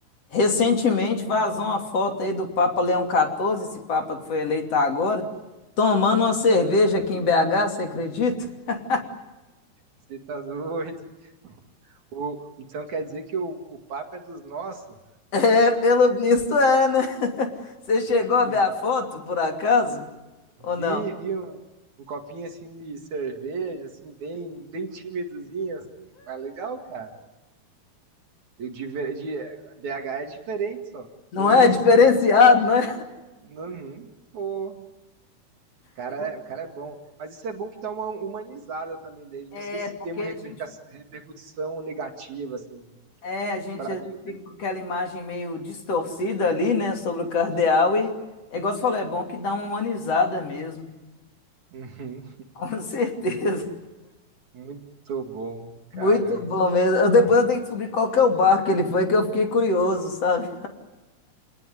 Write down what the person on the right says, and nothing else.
Você tá <laughs> doido. O, então quer dizer que o, o papo é dos nossos?
E
vi, vi um, um copinho assim de cerveja, assim, bem, bem tímidozinho, assim, mas legal, cara. Eu de, ver- de- BH é diferente, só.
Que isso?
<laughs>
Uhum. Pô, cara,
é, o cara é bom. Mas isso é bom que dá uma humanizada também dele.
Não sei se
tem uma
reperca-
repercussão negativa, assim.
Pra
mim,
né?
Uhum.
Muito bom, caramba.